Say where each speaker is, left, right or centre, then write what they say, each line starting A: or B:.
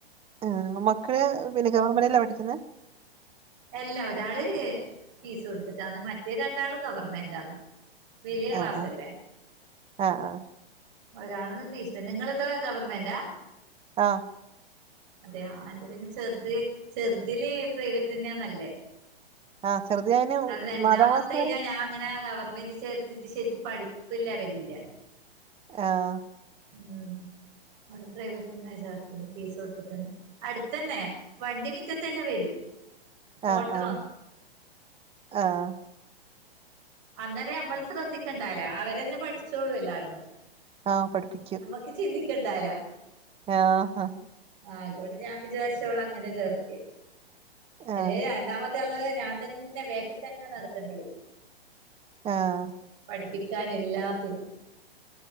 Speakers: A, on the right; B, on the right.
A: ആ മക്കള് പിന്നെ ഗവൺമെന്റ്ല പഠിക്കുന്നെ
B: എല്ലാ ഒരാള് ഫീസ് കൊടുത്തിട്ടാണ് മറ്റേ രണ്ടാളും ഗവൺമെന്റാണ് വലിയ ക്ലാസ്
A: ആഹ്
B: അല്ലെ
A: ആഹ് ആഹ്
B: ഒരാളത് ഫീസ് നിങ്ങളത് ഗവർമെന്റാ
A: ആഹ്
B: അതെയ എന്റെ പിന്നെ ചെറുത് ചെറുതില് പ്രൈവറ്റ് തന്നെയാന്നല്ലേ
A: ആഹ് ചെറുത് ഞാന്
B: അത് രണ്ടാമത്തെ
A: നാലാം ക്ലാസ് വരെ
B: ഇത് ഞാ നങ്ങനാ ഗവൺമെന്റി ചേർത്തിട്ട് ശരിക്കും പഠിപ്പ് ലെവലില്ല
A: ആഹ്
B: ഉം നമ്മള് പ്രൈവറ്റെന്ന ചേർത്തീന് ഫീസ് കൊടുത്തിട്ടന്നെ അടുത്തന്നെ വണ്ടി മിറ്റത്തന്നെ വരും
A: ആഹ്
B: ഓട്ടോ
A: ആഹ്
B: ആണ്
A: ആഹ്
B: അന്നേരെ നമ്മള് ശ്രദ്ധിക്കേണ്ടല്ലെ അവരെന്നെ പഠിച്ചോളൂല്ലാടന്ന്
A: ആഹ് പഠിപ്പിക്കും
B: ക്ക് ചിന്തികണ്ടാല്ലെ
A: ആഹ് ആഹ്
B: ആയിക്കോട്ടെ ഞാൻ വിചാരിച്ചവളെ അങ്ങനെ ചേർത്തിയെ അല്ലെ
A: ആഹ്
B: രണ്ടാമത്തെ ള് ഞാൻ തന്നെ ബേക്കിൽ തന്നെ നടക്കേണ്ടി വരും
A: ആഹ്
B: പഠിപ്പിക്കാൻ എല്ലാത്തിനും